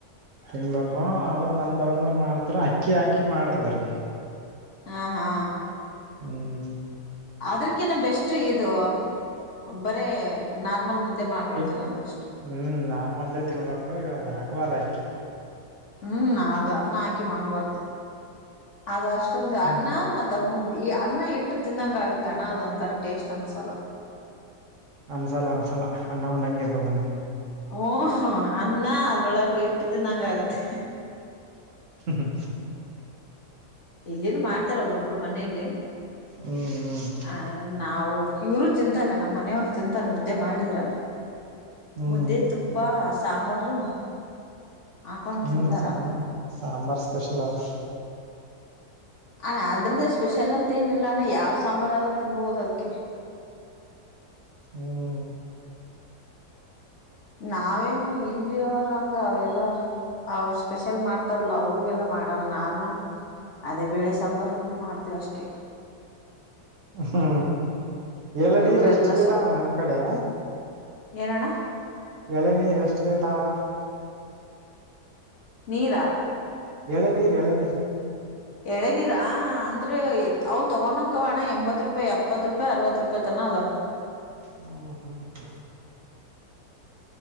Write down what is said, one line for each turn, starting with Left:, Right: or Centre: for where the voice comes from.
Right: ತಿನ್ಬೇಕು ಅವಾಗ ನಮ್ದ ರು ಮಾಡ್ತಾರ ಅಕ್ಕಿ ಹಾಕಿ ಮಾಡ್ತಿದರು.
Left: ಹಾ ಹಾ
Right: ಹ್ಮ್
Left: ಅದ್ರಕಿನ್ನ ಬೆಸ್ಟ್ ಇದು ಬರೇ ನಾರ್ಮಲ್ ಮುದ್ದೆ ಮಾಡ್ಕೊಂಡ್
Right: ಇ
Left: ತಿನ್ನೋದು ಬೆಸ್ಟ್
Right: ಹ್ಮ್ ನಾಮಲ್ದೇ ತಿನ್ಬೇಕು ಇವ ಹಾಕ್ಬಾರ ಅಕ್ಕಿ.
Left: ಹ್ಮ್ ಅದು ಅನ್ನ ಹಾಕಿ ಮಾಡ್ಬಾರ್ದು ಅದ ಅಷ್ಟೊಂದು
Right: ಹ್ಮ್
Left: ಅನ್ನ ಮ ಮುದ್ದ್ ಈ ಅನ್ನ ಇಟ್ಟು ತಿಂದಂಗ ಆಗತ್ತಣ್ಣ ಅದ ಒಂಥರ ಟೇಸ್ಟ್ ಅನ್ಸಲ.
Right: ಅನ್ಸಲ್ಲ ಅನ್ಸಲ್ಲ ಅನ್ನ ಉಂಡಂಗಿರ್ತದ್ಣ
Left: ಓ ಅನ್ನ ಅದ್ರೊಳಗ ಇಟ್ಟತಂದಂಗ ಆಗತ್ತೆ
Right: ಹ್ಮ
Left: ಇಲ್ಲಿನ್ ಮಾಡ್ತಾರ ಒಬ್ಬೊಬ್ಬರು ಮನೆಯಲ್ಲಿ
Right: ಹ್ಮ್
Left: ಆ ನಾವು ಇವರು ತಿಂತಾರೆ ನಮ್ಮ ಮನೆಯವ್ರು ತಿಂತಾರ ಮುದ್ದೆ ಮಾಡಿದ್ರ
Right: ಹ್ಮ್
Left: ಮುದ್ದೆ ತುಪ್ಪ ಸಾಂಬಾರು ಹಾಕೊಂಡ್
Right: ಹ್ಮ್
Left: ತಿಂತಾರ
Right: ಸಾಂಬ ಸಾಂಬಾರ್ ಸ್ಪೆಷಲ್ ಆದ್ರ
Left: ಅಣ ಅದ್ರದ್ದೇ ಸ್ಪೆಷಲ್ ಅಂತ ತ್ತೇನಿಲ್ಲ ಅಣ್ಣ ಯಾವ್ ಸಾಂಬಾರ್ ಆದ್ರರು ತಿನ್ಬಹುದು ಅದಕ್ಕೆ
Right: ಹ್ಮ್
Left: ನಾವೇನು ಇಲ್ಲಿ ಅವರಂಗ ಅವೆಲ್ಲ ಅವರ ಸ್ಪೆಷಲ್ ಮಾಡ್ತಾರಲ್ಲ ಅವೆಲ್ಲ ಮಾಡಲ್ಲ ನಾರ್ಮಲ್ ಅದೇ ಬೇಳೆ ಸಾಂಬಾರು ಮಾಡ್ತೇವಿ ಅಷ್ಟೇ
Right: ಹು ಹೂ ಎಳನೀರ
Left: ಇವರೆಲ್ಲ
Right: ಎಷ್ಟ ರೇಟ ಅಮ್ಮ ನಿಮ್ಮ ಕಡೆ
Left: ಏನ ಅಣ್ಣ
Right: ಎಳನೀರ ಎಷ್ಟ ರೇಟ ಆಮ
Left: ನೀರಾ
Right: ಎಳನೀರ ಎಳನೀರ
Left: ಎಳೆನೀರಾ ಅಂದ್ರೆ ಅವ ತಗೊಂಡಂಗ ಅವ ಎಂಬತ್ತ ರೂಪಾಯಿ ಎಪ್ಪತ್ತು ರೂಪಾಯಿ ಅರವತ್ತು ರೂಪಾಯಿ ತಾನ ಅದ
Right: ಹು ಹು ಹು